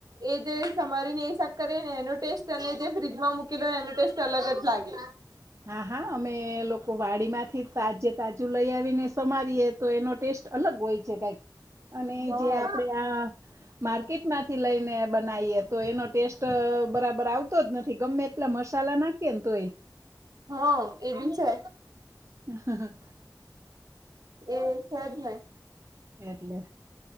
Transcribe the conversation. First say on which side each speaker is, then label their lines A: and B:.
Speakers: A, on the right; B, on the right.
A: એ જે સમારીને એ શાક કરીે ને એનો ટેસ્ટ અને જે ફ્રીજમાં મૂકીલોને એનો ટેસ્ટ અલગજ લાગે.
B: હા, હા, અમે લોકો વાડી માંથી તાજે તાજું લઈ આવીને સમારીએે તો એનો ટેસ્ટ અલગ હોય છે કઈક. અને
A: હ
B: જે આપડે આ માર્કેટમાંથી લઈને બનાવીએ તો એનો ટેસ્ટ બરાબર આવતો જ નથી ગમે એટલા મસાલા નાખીએ ને તો એ
A: હ એ બી છે.
B: હ.
A: એ છે, જ ને
B: એટલે.